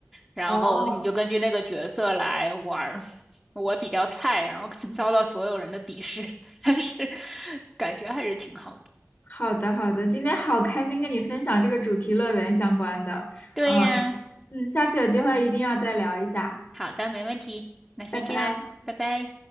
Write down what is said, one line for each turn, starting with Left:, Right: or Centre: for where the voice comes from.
Centre: 然后你就根据那个角色来玩儿。
Left: 哦，
Centre: <laughs> 我比较菜，然后遭到所有人的鄙视，<laughs> 但是感觉还是挺好的。
Left: 好的，好的，今天好开心跟你分享这个主题乐园相关的，
Centre: 对呀，
Left: 嗯，嗯，下次有机会一定要再聊一下，
Centre: 好的，没问题，那先这样，
Left: 拜拜。
Centre: 拜拜。